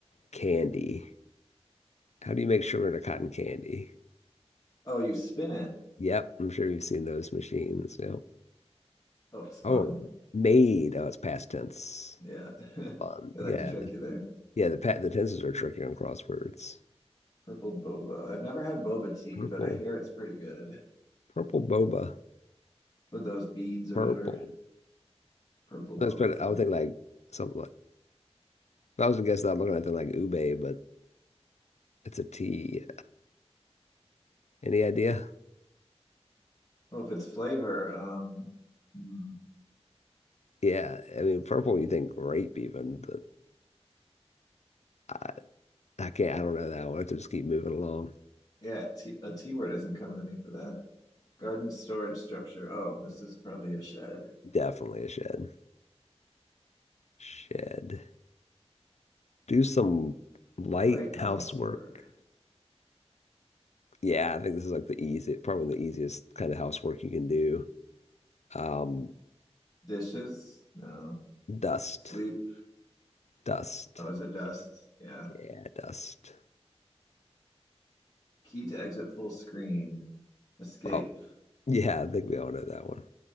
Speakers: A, on the left; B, on the left.
A: candy. How do you make sugar into cotton candy?
B: Oh, you spin it.
A: Yep, I'm sure you've seen those machines. Yep.
B: Outspun.
A: Oh, made. Oh, it's past tense.
B: Yeah. <laughs>
A: Fun.
B: They
A: Yeah,
B: like to trick
A: the,
B: you there.
A: yeah. The pa the tenses are tricky on crosswords.
B: Purple boba. I've never had boba tea,
A: Purple,
B: but I hear it's pretty good
A: purple boba.
B: with those beads
A: Purple.
B: or whatever. Purple
A: That's
B: boba
A: pretty,
B: though.
A: I would think like something like, if I was to guess that, I'm looking at something like ube, but it's a T. <sighs> Any idea?
B: Well, if it's flavor, um, hmm,
A: Yeah. I mean, purple, you think grape even, but I, I can't, I don't know that one. I have to just keep moving along.
B: yeah, t a T word isn't coming to me for that. Garden storage structure. Oh, this is probably a shed.
A: Definitely a shed. Shed. Do some light
B: Light housework.
A: housework. Yeah, I think this is like the easy, probably the easiest kind of housework you can do. Um,
B: Dishes? No.
A: dust.
B: Sweep.
A: Dust.
B: Oh, is it dust? Yeah.
A: Yeah, dust.
B: Key to exit full screen. Escape.
A: Well, <laughs> yeah, I think we all know that one.